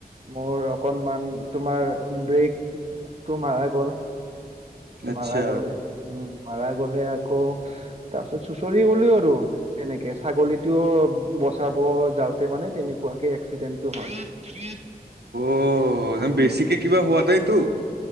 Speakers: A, on the right (about 40°); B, on the right (about 85°).
A: মোৰ অকনমান তোমাৰ ব্ৰেকটো মাৰা গ'ল।
B: আচ্ছা।
A: মাৰা গ'লে, উম মাৰা গ'লে আকৌ তাৰ পিছত চুচৰি গলিও আৰু তেনেকে ছাগলীতটোও ব চাব যাওঁতে মানে তেনেকুৱাকে এক্সিডেন্টটো হ'ল।
B: অ',
A: উম
B: বেছিকে কিবা হোৱা নাইতো?